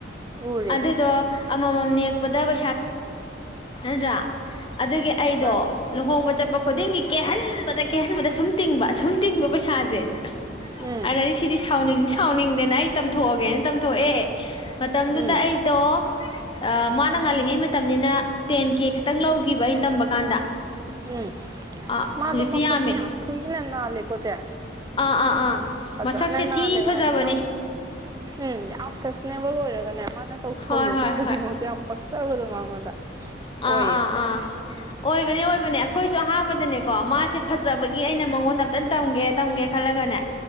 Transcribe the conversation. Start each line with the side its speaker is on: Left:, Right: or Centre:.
Right: ꯎꯔꯦ
Left: ꯑꯗꯨꯗꯣ ꯑꯃꯃꯝ ꯅꯦꯛꯄꯗ ꯄꯩꯁꯥ ꯅꯠꯇ꯭ꯔꯥ ꯑꯗꯨꯒꯤ ꯑꯩꯗꯣ
Right: ꯃꯥꯅꯦ
Left: ꯂꯨꯍꯣꯡꯕ ꯆꯠ ꯆꯠꯄ ꯈꯨꯗꯤꯡꯒꯤ ꯀꯦꯍꯟꯕꯗ ꯀꯦꯍꯟꯕꯗ ꯁꯨꯝ ꯇꯤꯡꯕꯁꯨꯝ ꯇꯤꯡꯕ ꯄꯩꯁꯥꯁꯦ
Right: ꯎꯝ
Left: ꯑꯗꯗꯤ ꯁꯤꯗꯤ ꯁꯥꯎꯅꯤꯡ ꯁꯥꯎꯅꯤꯡꯗꯥꯅ ꯑꯩ ꯇꯝꯊꯣꯛꯑꯒꯦꯅ ꯇꯝꯊꯣꯛꯑꯦ ꯃꯇꯝꯗꯨꯗ
Right: ꯎꯝ
Left: ꯑꯩꯗꯣ ꯑꯥ ꯃꯥꯅ ꯉꯜꯂꯤꯉꯩ ꯃꯇꯝ ꯇꯝꯅꯤꯅ ꯇꯦꯟ ꯀꯦ ꯈꯛꯇꯪ ꯂꯧꯒꯤꯕ ꯑꯩ ꯇꯝꯕ ꯀꯥꯟꯗ
Right: ꯎꯝ
Left: ꯑꯥ
Right: ꯃꯥꯗꯣ
Left: ꯍꯧꯖꯤꯛꯇꯤ
Right: ꯃꯈꯨꯠꯁꯨ
Left: ꯌꯥꯝꯃꯦ
Right: ꯌꯥꯝ ꯊꯤꯅ ꯅꯥꯜꯂꯦꯀꯣ ꯆꯦ
Left: ꯑꯥ ꯑꯥ ꯑꯥ
Right: ꯐꯖꯅ
Left: ꯃꯁꯛꯁꯦ
Right: ꯅꯥꯜꯂꯦꯕ
Left: ꯊꯤ ꯐꯖꯕꯅꯦ
Right: ꯍꯥꯏꯗꯤ ꯌꯥꯝ ꯎꯝ ꯌꯥꯝ ꯑꯦꯅꯦꯕꯜ ꯑꯣꯏꯔꯒꯅꯦ ꯃꯥꯅ ꯇꯧꯊꯣꯛꯔꯛꯄ
Left: ꯍꯣꯏ ꯍꯣꯏ
Right: ꯈꯨꯗꯤꯡꯃꯛꯇ
Left: ꯍꯣꯏ
Right: ꯌꯥꯝ ꯄꯛꯆꯕꯗꯣ ꯃꯉꯣꯟꯗ
Left: ꯑꯥ
Right: ꯑꯣꯏꯌꯦ
Left: ꯑꯥ ꯑꯥ ꯑꯣꯏꯕꯅꯦ ꯑꯣꯏꯕꯅꯦ ꯑꯩꯈꯣꯏꯁꯨ ꯑꯍꯥꯟꯕꯗꯅꯦꯀꯣ ꯃꯥꯁꯦ ꯐꯖꯕꯒꯤ ꯑꯩꯅ ꯃꯉꯣꯟꯗ ꯑꯝꯇꯪ ꯇꯝꯒꯦ ꯇꯝꯒꯦ ꯈꯜꯂꯒꯅꯦ